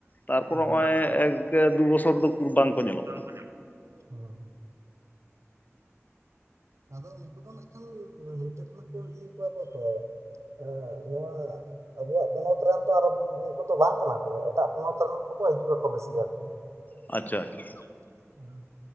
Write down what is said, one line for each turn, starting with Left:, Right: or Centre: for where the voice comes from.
Left: ᱛᱟᱨᱯᱚᱨᱮ
Right: ᱦᱮᱸ
Left: ᱦᱚᱜ-ᱚᱭ ᱮᱠ ᱫᱩ ᱵᱚᱥᱚᱨ ᱫᱚ ᱩᱠᱩᱨ ᱵᱟᱝᱠᱚ ᱧᱮᱞᱚᱜ
Right: ᱵᱟᱝ
Left: ᱠᱟᱱᱟ
Right: ᱠᱚ ᱧᱮᱞᱚᱜ ᱦᱳᱭ ᱟᱫᱚ ᱩᱱᱠᱩ ᱫᱚ ᱱᱟᱜ ᱠᱷᱟᱱ ᱱᱚᱱᱛᱮ ᱠᱷᱚᱱᱟᱜ ᱠᱚ ᱤᱭᱟᱹ ᱠᱚᱣᱟ ᱠᱚ ᱛᱚ ᱮᱜ ᱸ ᱱᱚᱣᱟ ᱟᱵᱩᱣᱟᱜ ᱯᱚᱱᱚᱛ ᱨᱮᱦᱚᱸ ᱛᱚ ᱟᱨᱚ ᱵᱤᱨ ᱩᱱᱠᱩ ᱛᱚ ᱵᱟᱝ ᱠᱟᱱᱟ ᱠᱚ ᱮᱴᱟᱜ ᱯᱚᱱᱚᱛ ᱨᱮᱱ ᱠᱚᱠᱚ ᱦᱤᱡᱩᱜ-ᱟ ᱠᱚ ᱵᱮᱥᱤ ᱟᱨᱠᱤ
Left: ᱟᱪᱪᱷᱟ ᱟᱪᱪᱷᱟ
Right: <inaudible>